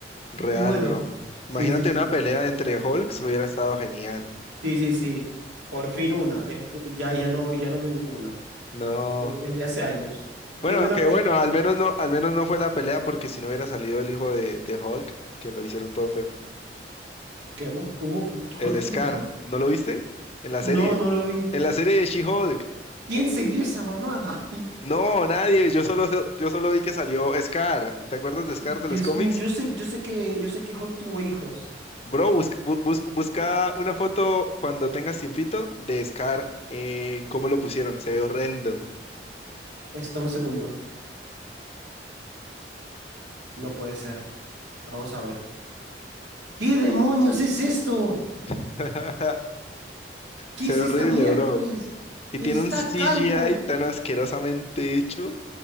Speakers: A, on the left; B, on the right.
A: real,
B: Y bueno,
A: bro.
B: sí,
A: Imagínate
B: sí, sí.
A: una pelea entre Hulks, hubiera estado genial.
B: Sí, sí, sí. Por fin una. Después, ya, ya no, ya no veo ninguna.
A: No.
B: eh, Desde hace años. Y
A: Bueno,
B: bueno,
A: que
B: Michael.
A: bueno, al menos no, al menos no fue la pelea porque si no hubiera salido el hijo de, de Hulk, que lo hicieron todo feo.
B: ¿Qué, mo? ¿Hubo,
A: El
B: Hulk tuvo
A: Scar,
B: un hijo?
A: ¿no lo viste? En la serie.
B: No, no lo vi.
A: En la serie de She-Hulk.
B: ¿Quién se vio esa mamada? <laughs>
A: No, nadie, yo solo, yo solo vi que salió Scar. ¿Te acuerdas de Scar de
B: Dios
A: los cómics?
B: mío, yo sé, yo sé que, yo sé que Hulk tuvo hijos.
A: Bro, busca, bu- bus- busca una foto cuando tengas tiempito de Scar en cómo lo pusieron. Se ve horrendo.
B: Está un segundo. No puede ser. Vamos a ver. ¿Qué demonios es esto?
A: <laughs>
B: ¿Qué
A: Se
B: es
A: ve
B: esta
A: horrible,
B: miércoles?
A: bro.
B: Está
A: Y tiene un CGI
B: calvo.
A: tan asquerosamente hecho